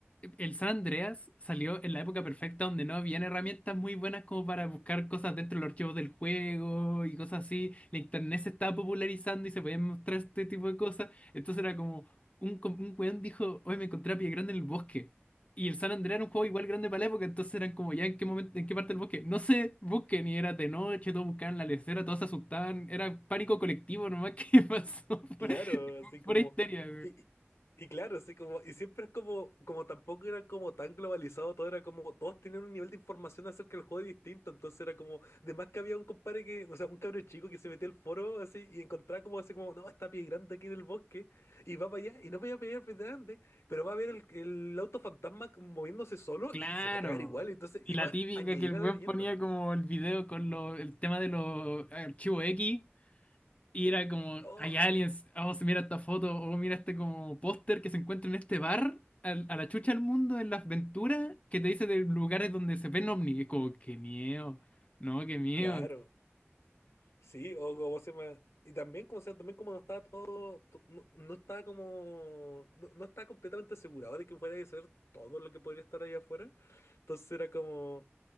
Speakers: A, on the left; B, on the left.
A: El San Andreas salió en la época perfecta donde no habían herramientas muy buenas como para buscar cosas dentro de los archivos del juego y cosas así. La internet se estaba popularizando y se podían mostrar este tipo de cosas. Entonces era como un, com- un weón dijo, hoy me encontré a Pie Grande en el bosque. Y el San Andreas era un juego igual grande para la época, entonces eran como ya en qué momento, en qué parte del bosque. No sé, busquen y era de noche, todos buscaban la lecera, todos se asustaban, era pánico colectivo nomás que <laughs> pasó
B: Claro,
A: por,
B: así como,
A: por histeria.
B: y, y- y claro, así como, y siempre es como, como tampoco era como tan globalizado todo, era como todos tenían un nivel de información acerca del juego distinto, entonces era como, de más que había un compadre que, o sea, un cabro chico que se metía al foro así y encontraba como así como, no, está pie grande aquí en el bosque, y va para allá, y no voy a pelear pie grande, pero va a ver el, el auto fantasma moviéndose solo
A: Claro.
B: y se va a cagar igual, entonces,
A: Y
B: y
A: la
B: va a
A: típica
B: añadir
A: que el web
B: a la leyenda.
A: ponía como el video con lo, el tema de los archivos X y era como,
B: Oh,
A: hay aliens, vamos mira esta foto, o mira este como póster que se encuentra en este bar, al- a, la chucha del mundo, en las aventuras, que te dice de lugares donde se ven ovnis. Y es como, qué miedo, no, qué miedo.
B: claro. Sí, o como se llama. Y también como, se llama, también como no estaba todo, to- no, no estaba como, no, no estaba completamente asegurado de que fuera a ser todo lo que podría estar ahí afuera. Entonces era como,